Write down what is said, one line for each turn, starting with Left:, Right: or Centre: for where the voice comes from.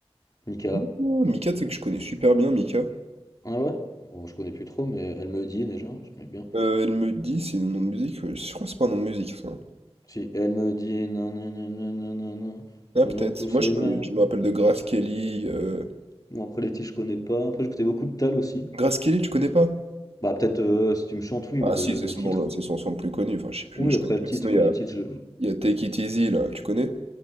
Left: Mika.
Right: Ah, Mika, tu sais que je connais super bien Mika.
Left: Ah ouais? Bon, je connais plus trop, mais elle me dit déjà, j'aimais bien.
Right: Euh, elle me dit, c'est un nom de musique. euh, Je crois que c'est pas un nom de musique ça.
Left: Si elle me dit non, non, non, non, non, non, non,
Right: Ah
Left: nous
Right: peut-être.
Left: avons tous
Right: Moi
Left: les
Right: je, connais-
Left: mêmes.
Right: je me rappelle de Grace Kelly. euh,
Left: Bon, après les titres, je connais pas. Après, j'écoutais beaucoup de Tal aussi.
Right: Grace Kelly, tu connais pas?
Left: Bah, peut-être euh, si tu me chantes, oui,
Right: Ah
Left: mais de,
Right: si,
Left: le
Right: c'est son
Left: titre.
Right: nom, là, c'est son son le plus connu. Enfin, je sais plus,
Left: Oui,
Right: je
Left: après
Right: connais plus.
Left: le titre,
Right: Sinon, il y a,
Left: les titres, je.
Right: il y a Take It Easy là, tu connais?